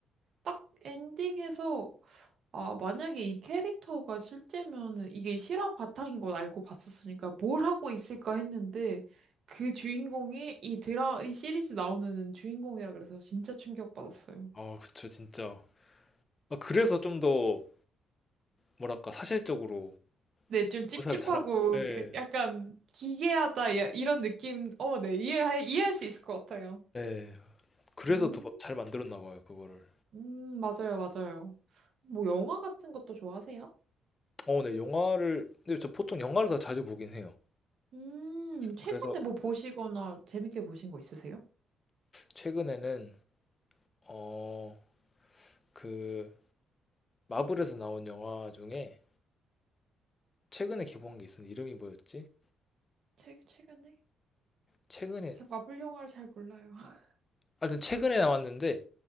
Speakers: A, on the right (about 60°); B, on the left (about 25°).
A: 딱 엔딩에서 아, 만약에 이 캐릭터가 실제면은 이게 실화 바탕인 걸 알고 봤었으니까 뭘 하고 있을까 했는데 그 주인공이 이 드라 이 시리즈 나오는 주인공이라 그래서 진짜 충격받았어요.
B: 아, 그쵸 진짜. 아, 그래서 좀 더 뭐랄까 사실적으로
A: 네, 좀 찝찝하고
B: 묘사를 잘한. 예,
A: 약간 기괴하다 야- 이런 느낌. 어, 네, 이해할 이해할 수 있을 것 같아요.
B: 예. 그래서
A: 음,
B: 더 막 잘 만들었나 봐요 그거를.
A: 음, 맞아요, 맞아요. 뭐 영화 같은 것도 좋아하세요?
B: 어, 네 영화를 근데 저 보통 영화를 더 자주 보긴 해요.
A: 음, 최근에
B: 그래서
A: 뭐 보시거나 재밌게 보신 거 있으세요?
B: 최근에는 어 그 마블에서 나온 영화 중에 최근에 개봉한 게 있었는데 이름이 뭐였지?
A: 최, 최근에?
B: 최근에
A: 제가 마블 영화를 잘 몰라요. <laughs>
B: 하여튼 최근에 나왔는데